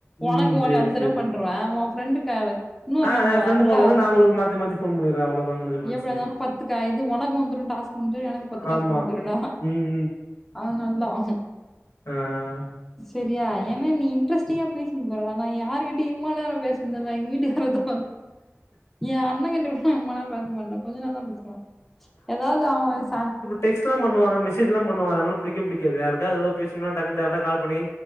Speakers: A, in the centre; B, on the left.
A: உனக்கு
B: ம்
A: உனக்கு
B: சேரி
A: அஞ் தடவை
B: சேரி
A: பண்வேன் ரெண்டு காலு இன்னொரு
B: ஆ
A: நம்பர்
B: எ ஃப்ரெண்டு
A: வாங்கல
B: ஃபோன்லருந்து
A: அது
B: நா உங்களுக்கு மாத்தி மாத்தி ஃபோன் பண்ணிர்றே அவ்ளோதா முடிஞ்சு போச்சு
A: எப்படி இருந்தாலும் பத்து இது உனக்கு வந்துரு டாஸ்க் முடிஞ்சிரும் எனக்கும் பத்து டாஸ்க்
B: ஆமா
A: முடிஞ்சரும் டா
B: ம்
A: அதுனால்தான்
B: ஆஹ
A: சரியா ஏன்னா நீ இன்டரஸ்டிங்கா பேசிட்டு போறவ நா யார் கிட் ட இம்மா நேரம் பேசுந்தல எங்க வீட்டுக்காரதவர என் அண்ணன்கிட்ட கூட இம்மா நேரம் பேச மாட்டா கொஞ்ச நேரம் தான் பேசுவான் ஏதாவது அவன் சா
B: டெக்ஸ்டு ல பண்ணுவங்க மெசஜ்லாம் பண்ணுவாங்க அதுனால எனக்கு புடிக்கவே புடிக்காது யாருக்காவது ஏதாவது பேசநாம்னா டைரெக்ட்டா கால் பண்ணி